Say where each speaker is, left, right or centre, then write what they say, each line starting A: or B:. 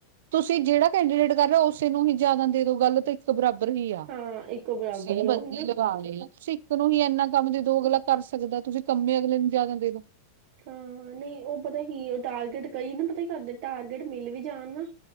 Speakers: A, on the right; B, on the right.
A: ਤੁਸੀਂ ਜਿਹੜਾ ਕੈਂਡੀਡੇਟ ਕਰ ਰਹੇ ਹੋ, ਉਸੇ ਨੂੰ ਹੀ ਜ਼ਿਆਦਾ ਦੇ ਦੋ। ਗਲ ਤੇ ਇਕ ਬਰਾਬਰ ਹੀ ਐ।
B: ਹਾਂ ਇੱਕੋ ਬਰਾਬਰ
A: ਸੇਮ
B: ਹੀ
A: ਬੰਦੇ
B: ਉਹੀ ਨਾ
A: ਲ ਕਾਲ ਏ। ਤੁਸੀ ਇੱਕ ਨੂੰ ਹੀ ਇੰਨਾ ਕੰਮ ਦੇ ਦੋ ਅਗਲਾ ਕਰ ਸਕਦਾ, ਤੁਸੀਂ ਕੰਮੇ ਅਗਲੇ ਨੂੰ ਜ਼ਿਆਦਾ ਦੇ ਦੋ।
B: <unintelligible> ਹੂੰ ਨਹੀਂ। ਉਹ ਪਤਾ ਕੀ ਏ, ਟਾਰਗੇਟ ਕਈ ਨਾ ਪਤਾ ਕਰਦੇ। ਟਾਰਗੇਟ ਮਿਲ ਵੀ ਜਾਣ ਨਾ